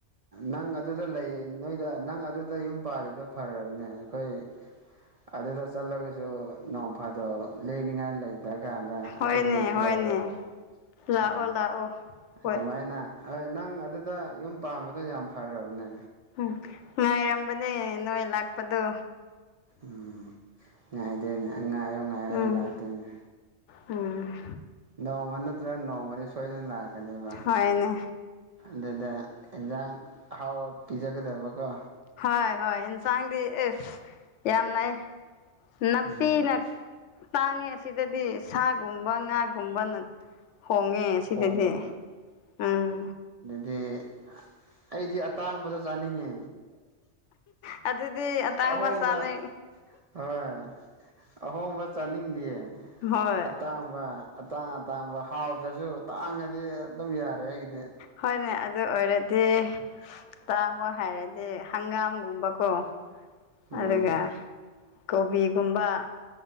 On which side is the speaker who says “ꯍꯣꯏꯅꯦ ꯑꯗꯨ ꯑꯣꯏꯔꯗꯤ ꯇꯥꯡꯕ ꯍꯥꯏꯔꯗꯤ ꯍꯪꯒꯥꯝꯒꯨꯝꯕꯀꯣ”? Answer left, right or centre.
Left